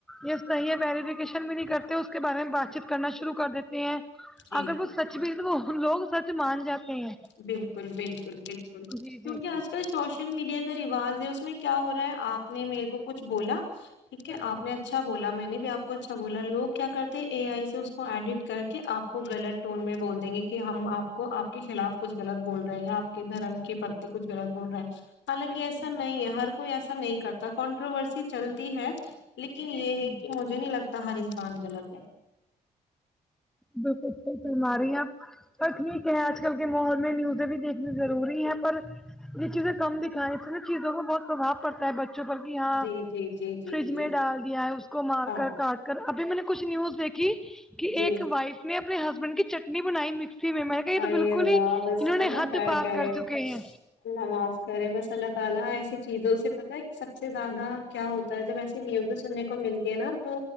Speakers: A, in the centre; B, on the left.
A: یہ صحیح ہے ویریفیکیشن بھی نہیں کرتے اس کے بارے میں بات چیت کرنا شروع کر دیتے ہیں
B: جی
A: اگر
B: جی
A: وہ
B: جی
A: سچھ بھی تو وہ لوگ سچ مان جاتے ہیں
B: بالکل بالکل بالکل
A: جی
B: کیونکہ
A: جی
B: آج کل سوشل میڈیا کا رواج ہے اس میں کیا ہو رہا ہے آپ نے میرے کو کچھ بولا ٹھیک
A: بالکل
B: ہے آپ نے
A: بالکل
B: اچھا بولا میں نے بھی آپ کو اچھا بولا لوگ کیا کرتے ہیں اے آئی سے اس کو ایڈٹ کر کے آ کو غلط ٹون میں بول دیں گے کہ ہم آپ کو کو آپ کے خلاف کچھ غلط بول رہے ہیں یا آپ کے دھرم کے پرتی کچھ غلط بول رہے ہیں حالانکہ
A: بالکل
B: ایسا نہیں ہے ہر کوئی ایسا نہیں کرتا کنٹروورسی چلتی ہے لیکن یہ
A: جی جی
B: ہے کہ م مجھے نہیں لگتا کہ ہر انسان غلط ہے
A: بالکل صحیح فرما رہی ہیں اپ پر ٹھیک ہے آج کل کے ماحول میں نیوزیں بھی دیکھنی ضروری ہے پر یہ چیزیں کم دکھائیں اس میں چیزوں کو بہت پربھؤ پڑتا ہے بچوں پر کی ہاں
B: جی جی جی جی
A: فریج
B: جی
A: میں ڈال دیا ہے اس کو مار
B: ہاں
A: کر کاٹ کر ابھی میں نے کچھ نیوز دیکھی کہ
B: جی
A: ایک وائف نے اپنے ہسبینڈ کی چٹنی بنائی مکسی میں تو یہ
B: ہائے
A: تو بالکل
B: اللہ
A: ہی
B: بس
A: انہوں نے
B: اللہ
A: حد
B: خیر
A: پار
B: کرے
A: کر چکے ہیں
B: اللہ معاف کرے بس اللہ تعالی ایسی چیزوں سے پتہ ہا سب سے زیادہ کیا ہوتا ہے جب ایسی نیوزیں سننے کو ملتی ہے نا تو